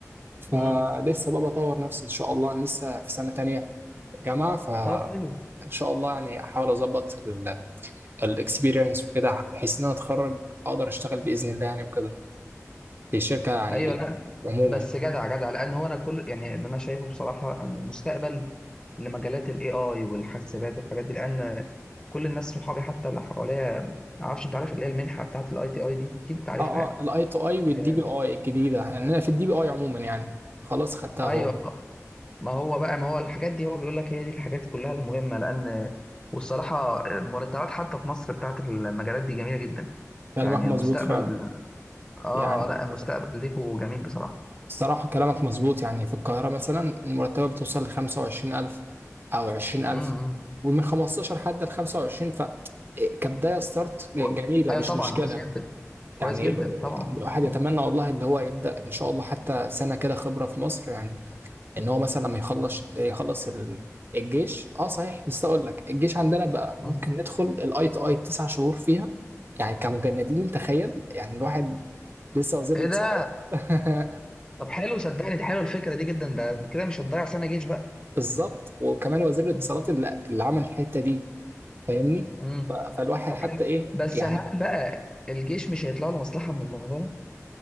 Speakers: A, on the right; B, on the left.
A: فلسه
B: امم
A: بقى بطور نفسي ان شاء الله أنا لسه في سنه تانية جامعه فان
B: طب حلو
A: شاء الله يعني احاول اظبط الاكسبيرينس وكده بحيث ان انا اتخرج اقدر اشتغل باذن الله يعني وكده في شركه يعني
B: ايوه لا
A: عموما
B: بس جدع جدع لان هو انا كل يعني اللي انا شايفه بصراحه ان المستقبل لمجالات الاي اي والحاسبات والحاجات دي لان كل الناس صحابي حتى اللي حواليا ما اعرفش انت عارف اللي هي المنحه بتاعه الاي تي اي دي اكيد انت عارفها
A: اه
B: يعني
A: اه الاي تو اي والدي
B: آه،
A: بي اي الجديده يعني انا في الدي بي اي عموما يعني خلاص خدتها
B: ايوه
A: اهو
B: ما هو بقى ما هو الحاجات دي هو بيقول لك هي دي الحاجات كلها المهمه لان والصراحه مرتبات حتى في مصر بتاعه المجالات دي جميله جدا
A: كلامك
B: يعني
A: مظبوط
B: المستقبل
A: فعلا
B: اه
A: يعني
B: آه، لا المستقبل ليكوا جميل بصراحه
A: الصراحه كلامك مظبوط يعني في القاهره مثلا المرتبه بتوصل ل 25000 او 20000
B: امم
A: ومن 15 حتى ل 25 ف إيه، كبدايه ستارت
B: كو...
A: جميله
B: ايوه
A: مش
B: طبعا
A: مشكله
B: كويس جدا
A: يعني
B: كويس جدا طبعا
A: الواحد
B: مم.
A: يتمنى والله اللي هو يبدا ان شاء الله حتى سنه كده خبره في مصر يعني ان هو مثلا لما يخلص يخلص ال- الجيش اه صحيح بس اقول لك الجيش عندنا بقى ممكن
B: مم.
A: ندخل الاي تي اي تسع شهور فيها يعني كمجندين تخيل يعني الواحد لسه وزير
B: ايه
A: الاتصالات
B: ده
A: <laughs>
B: طب حلو صدقني دي حلوه الفكره دي جدا ده كده مش هتضيع سنه جيش بقى
A: بالظبط وكمان وزير الاتصالات
B: مم.
A: اللي, اللي عمل الحته دي فاهمني
B: مم.
A: ف- فالواحد
B: طب
A: حتى
B: حلو
A: ايه
B: بس
A: يعني
B: هل بقى الجيش مش هيطلع له مصلحة من الموضوع ده؟